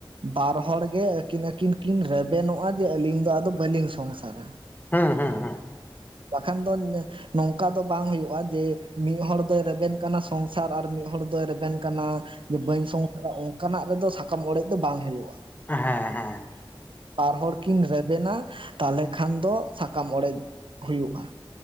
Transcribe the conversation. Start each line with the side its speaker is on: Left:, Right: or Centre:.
Right: ᱵᱟᱨ ᱦᱚᱲᱜᱮ ᱟᱹᱠᱤᱱ ᱟᱹᱠᱤᱱ ᱠᱤᱱ ᱨᱮᱵᱮᱱᱚᱜ-ᱟ ᱡᱮ ᱟᱹᱞᱤᱧ ᱫᱚ ᱟᱫᱚ ᱵᱟᱹᱞᱤᱧ ᱥᱚᱝᱥᱟᱨᱟ᱾
Left: ᱦᱩᱸ ᱦᱩᱸ ᱦᱩᱸ
Right: ᱵᱟᱠᱷᱟᱱ ᱫᱚ ᱱᱚᱝᱠᱟ ᱫᱚ ᱵᱟᱝ ᱦᱩᱭᱩᱜᱼᱟ ᱡᱮ ᱢᱤᱫ ᱦᱚᱲ ᱫᱚᱭ ᱨᱮᱵᱮᱱ ᱠᱟᱱᱟ ᱥᱚᱝᱥᱟᱨ ᱟᱨ ᱢᱤᱫ ᱦᱚᱲ ᱫᱚᱭ ᱨᱮᱵᱮᱱ ᱠᱟᱱᱟ ᱡᱮ ᱵᱟᱹᱧ ᱥᱚᱝᱥᱟᱨᱟ ᱚᱱᱠᱟᱱᱟᱜ ᱨᱮᱫᱚ ᱥᱟᱠᱟᱢ ᱚᱲᱮᱡ ᱫᱚ ᱵᱟᱝ ᱦᱩᱭᱩᱜᱼᱟ᱾
Left: ᱦᱮᱸ ᱦᱮᱸ
Right: ᱯᱟᱨ ᱦᱚᱲ ᱠᱤᱱ ᱨᱮᱵᱮᱱᱟ ᱛᱟᱞᱮ ᱠᱷᱟᱱ ᱫᱚ ᱥᱟᱠᱟᱢ ᱚᱲᱮᱡ ᱦᱩᱭᱩᱜ-ᱟ᱾